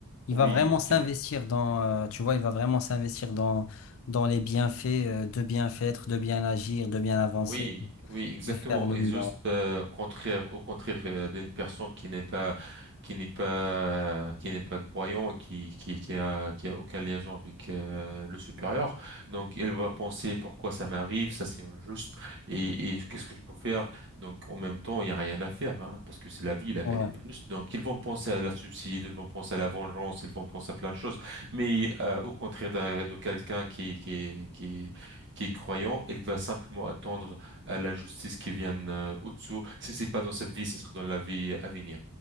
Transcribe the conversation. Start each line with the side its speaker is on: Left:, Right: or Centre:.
Left: Il
Right: oui,
Left: va vraiment
Right: donc
Left: s'investir
Right: il,
Left: dans, euh, tu vois, il va vraiment s'investir dans, dans les bienfaits, euh, de bien faire, de bien agir, de bien avancer,
Right: Oui, oui, exactement.
Left: de faire le
Right: Et
Left: mieux.
Right: juste euh, contraire, au contraire euh, d'une personne qui n'est pas, qui n'est pas, qui n'est pas croyant, qui, qui, qui a, qui a aucun liaison avec euh, le supérieur. Donc, elle va penser pourquoi ça m'arrive, ça c'est injuste, et, et qu'est-ce que je peux faire? Donc, en même temps, il y a rien à faire, hein, parce que c'est la vie, la
Left: Ouais.
Right: vie, elle est pas juste. Donc, ils vont penser à la suicide, ils vont penser à la vengeance, ils vont penser à plein de choses. Mais euh, au contraire d'un- de quelqu'un qui, qui, qui qui est croyant, elle va simplement attendre à la justice qui vienne euh, au-dessous. Si c'est pas dans cette vie, ce sera dans la vie à venir.